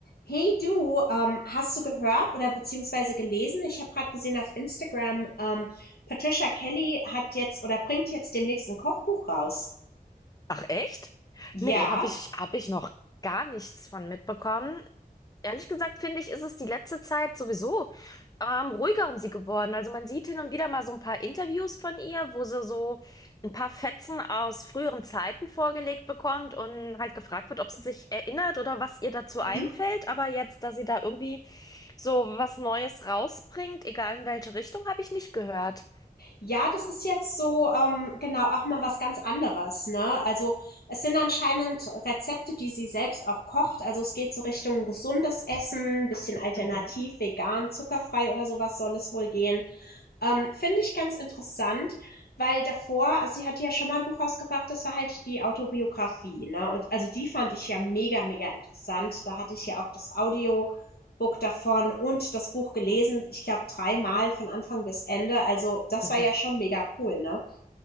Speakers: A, on the left; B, on the left.
A: Hey du, ähm, hast du gehört oder beziehungsweise gelesen? Ich habe gerade gesehen auf Instagram, ähm, Patricia Kelly hat jetzt oder bringt jetzt demnächst ein Kochbuch raus.
B: Ach echt? Nee,
A: Ja.
B: habe ich, hab ich noch gar nichts von mitbekommen. Ehrlich gesagt, finde ich, ist es die letzte Zeit sowieso ähm, ruhiger um sie geworden. Also man sieht hin und wieder mal so ein paar Interviews von ihr, wo sie so ein paar Fetzen aus früheren Zeiten vorgelegt bekommt und halt gefragt wird, ob sie sich erinnert oder was ihr dazu
A: Mhm.
B: einfällt. Aber jetzt, dass sie da irgendwie so was Neues rausbringt, egal in welche Richtung, habe ich nicht gehört.
A: Ja, das ist jetzt so, ähm, genau, auch mal was ganz anderes, ne? Also es sind anscheinend Rezepte, die sie selbst auch kocht. Also es geht so Richtung gesundes Essen, bisschen alternativ,
B: Mhm.
A: vegan, zuckerfrei oder sowas soll es wohl gehen. Ähm, finde ich ganz interessant, weil davor, also sie hat ja schon mal ein Buch rausgebracht, das war halt die Autobiografie, ne? Und also die fand ich ja mega, mega interessant. Da hatte ich ja auch das Audiobook davon und das Buch gelesen, ich glaube dreimal von Anfang bis Ende. Also das
B: <laughs>
A: war ja schon mega cool, ne?